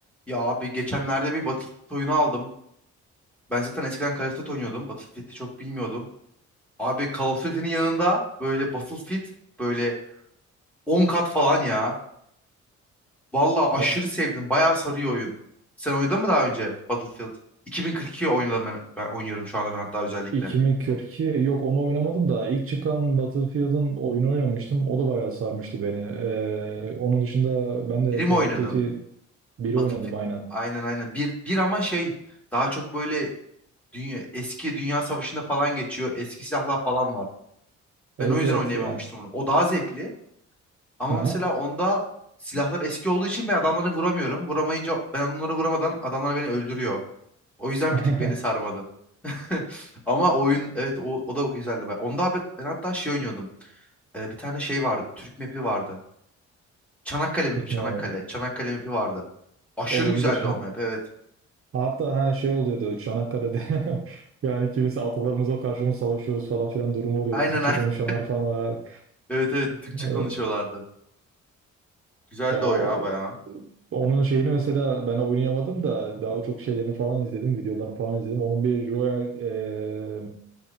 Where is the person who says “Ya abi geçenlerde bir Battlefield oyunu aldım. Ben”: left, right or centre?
Centre